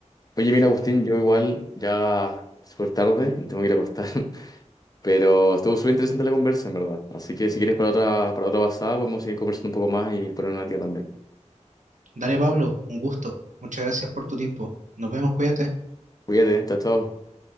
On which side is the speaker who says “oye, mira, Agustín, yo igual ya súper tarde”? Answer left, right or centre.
Left